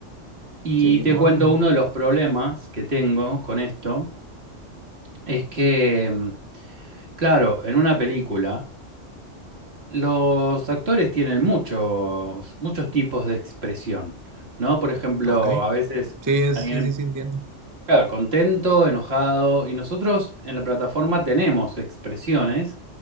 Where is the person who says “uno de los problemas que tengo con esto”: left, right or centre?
Right